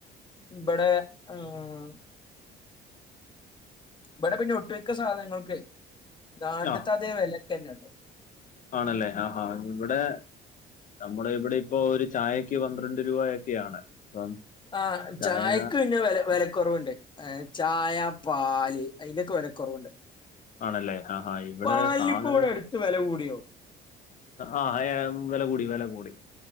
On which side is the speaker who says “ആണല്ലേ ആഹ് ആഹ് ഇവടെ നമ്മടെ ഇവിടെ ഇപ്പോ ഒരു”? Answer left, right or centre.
Left